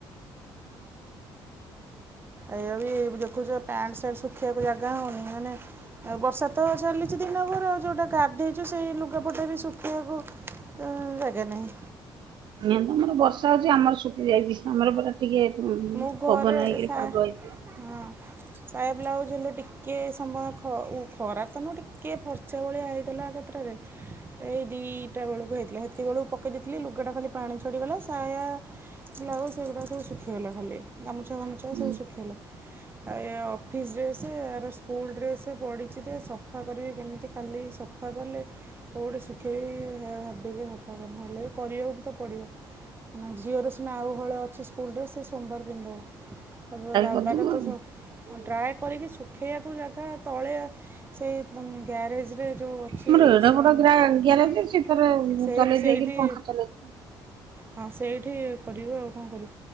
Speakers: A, on the right (about 25°); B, on the right (about 60°).
A: ଏୟା ବି ଦେଖୁଛ ପ୍ୟାଣ୍ଟ ଶାଟ୍ ସୁକେଇବାକୁ ଜାଗା ହଉନି ମାନେ ଆଉ ବର୍ଷା ତ ଚାଲିଚି ଦିନ ବେଳୁ ଆଉ ଯୋଉଁଟା ଗାଧେଚୁ ସେଇ ଲୁଗାପଟା ବି ଶୁଖେଇବାକୁ ତ ଜାଗା ନହିଁ।
B: ନି ତ ମର ବର୍ଷା ହୋଉଚି ଆମର ଶୁକି ଯାଇଚି ଆମର ପୁରା ଟିକେ
A: ମୁଁ ଘରେ
B: ପବନ ହେଇକିରି
A: ସା
B: ପାଗ ହେଇଥିଲା।
A: ହଁ। ସାୟା ବ୍ଲାଉଜ ହେଲେ ଟିକେ ସମୟ ଖ ଉ ଖରା ତନୁ ଟିକେ ଫର୍ଚା ଭଳିଆ ହେଇଥିଲା କେତେଟାରେ <inaudible> ଏଇ ଦିଇଟା ବେଳକୁ ହେଇଥିଲା ହେତିକ ବେଳକୁ ପକେଇ ଦେଇଥିଲି ଲୁଗାଟା ଖାଲି ପାଣି ଛାଡ଼ିଗଲା ସାୟା ବ୍ଲାଉଜ ଏଗୁଡା ସବୁ ଶୁଖିଗଲା ଖାଲି ଗାମୁଛା ପାମୁଛା
B: ଡ୍ରାଏ
A: ସବୁ ଶୁଖିଇଗଲା। ହାଏ ଅଫିସ୍ ଡ୍ରେସେ ଆର ସ୍କୁଲ ଡ୍ରେସେ ପଡିଚିଜେ ସବ ସଫା କରିବି କେମିତି କାଲି ସଫା କଲେ----' କୋଉଟି ଶୁଖେଇ ବି ଭାବିକି ପ କ ଉ ନଥିଲି ହେଲେ କରିବାକୁ ତ ପଡ଼ିବ। ଆନା ଝିଅର ସିନା ଆଉହଳେ ଅଛି ସ୍କୁଲ ଡ୍ରେସେ ସୋମବାର ପିନ୍ଧ୍ଦବ। ତାପ ବାବାର
B: କରିଦବୁ
A: ତ
B: ଆଉ।
A: ସ ଡ୍ରାଏ କରିକି ଶୁଖେଇବାକୁ ଜାଗା ତଳେ ସେଇ ଗ୍ୟାରେଜରେ ଯଉ ଅଛି
B: ଆମର
A: <unintelligible>
B: ଏଡେ ବଡ ଗ୍ରା ଗ୍ୟାରେଜ ସେ ତାର
A: ସେଇ
B: ଚଲେଇ
A: ସେଇଠି
B: <unintelligible>
A: ହଁ ସେଇଠି କରିବ ଆଉ କଣ କରି